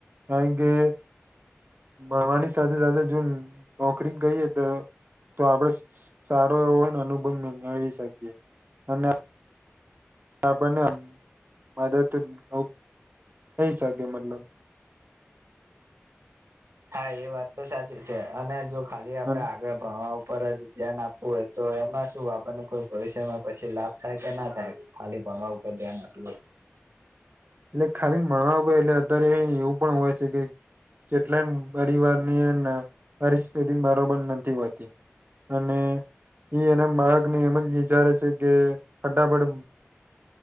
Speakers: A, on the right; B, on the right.
A: કારણ કેે માવાની સાથે સાથે જો નોકરી ગઈએ તો તો આપડ સારો એવો હોયને અનુભંધ મેળવી શકીએ અને આપણ ને આમ મદદરૂપ થઈ શકે મતલબ
B: હા એ વાત તો સાચી છે અને જો ખાલી આપડે
A: એટલે
B: આગળ ભણવા ઉપર જ ધ્યાન આપવું હોય તો એમાં શું આપણને કોઈ ભવિષ્યમાં પછી લાભ થાય કે ના થાય ખાલી ભણ વા ઉપર ધ્યાન આપ્યું
A: એટલે ખાલી ને ભણવા એટલે અત્યારે એવું પણ હોય છે કે કેટલાય પરિવારનીય પરિસ્થિતિ બરોબર નથી હોતી અને એ એના બાળકને એમ જ વિચારે છે કે ફટાફટ